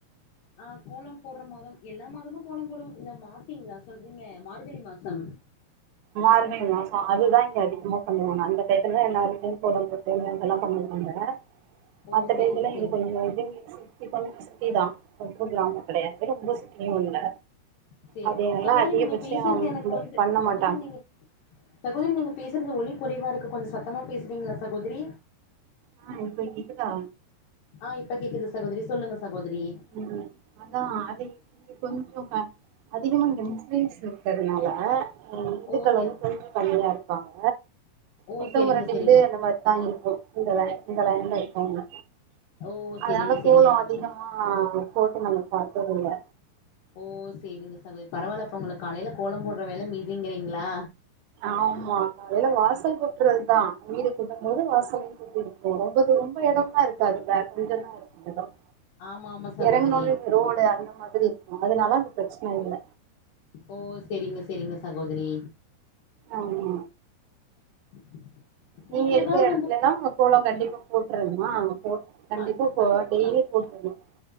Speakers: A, on the left; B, on the right.
A: ஆ கோலம் போடற மாதம் எல்லா மாதமும் கோலம் போடுவோம் இந்த மாசிங்களா சொல்றீங்க மார்கழி மாசம்
B: மார்கழி மாசம் அதுதான் இங்க அதிகமா பண்ணுவாங்க அந்த டைத்துலதான் எல்லாருமே கோலம் அதெல்லாம் பண்ணுவாங்க
A: ஓ
B: மத்த
A: செரிங்க
B: டயத்துல
A: செரிங்க
B: இது கொஞ்சோம் கொஞ்சம் சிட்டி தான் ரொம்ப கிராமம் கெடையாது ரொம்ப சிட்டியும் இல்ல
A: சேர்
B: அது எல்லா
A: சகோதரி
B: அதிகபட்சோ
A: நீங்க பேசுறது எனக்கு
B: இந்த
A: வந்து
B: இது பண்ண
A: சகோதரி
B: மாட்டாங்க
A: நீங்க சகோதரி நீங்க பேசறது ஒலி கொறைவா இருக்கு கொஞ்சம் சத்தமா பேசுறீங்களா சகோதரி
B: ஆ இப்ப கேக்குதா
A: ஆ இப்ப கேக்குது சகோதரி சொல்லுங்க சகோதரி
B: ம் அதா அதே இங்க கொஞ்சோ க அதிகமா இங்க முஸ்லீம்ஸ் இருக்கறதுனால ம் இந்துக்கள்
A: ஓ செரி
B: வந்து கொஞ்ச கம்மியா இருப்பாங்க
A: ஓ
B: மித்தவங்க
A: செரிங்க
B: ரெண்டு
A: செரிங்க
B: வீடு என்ன மாரி தா இருக்கோ இந்த லைன் இந்த லைன்ல இருக்கவங்க
A: ஓ
B: அதனால
A: செரிங்க செரிங்க
B: கோலோ
A: சகோதரி
B: அதிகமா ஆ போட்டு நாங்க பாத்ததில்ல
A: ஓ சேரிங்க சகோதரி பரவால்ல அப்ப உங்களுக்கு காலைல கோலம் போடற வேல மீதிங்கறீங்களா
B: ஆமா காலைல வாசல் கூட்றதுதா வீடு கூட்டும்போது வாசலயு இது ரொம்ப ரொம்ப எடம்லா இருக்காதுல்ல கொஞ்சம் தான் இருக்கும் எடம்
A: ஆமா ஆமா சகோதரி
B: இறங்கன ஒன்னே இந்த ரோடு அந்த மாதிரி இருக்கும் அதனால அந்த பிரச்சன இல்ல
A: ஓ செரிங்க செரிங்க சகோதரி
B: ஆமா
A: <inaudible>
B: நீங்க இருக்குற
A: ஏதாவது
B: எடத்துலதான்
A: வந்து
B: கோலம் கண்டிப்பா போட்றனுமா போட் கண்டிப்பா
A: கண்டி
B: போடனும்
A: ஐயோ
B: டெய்லி போட்றனும்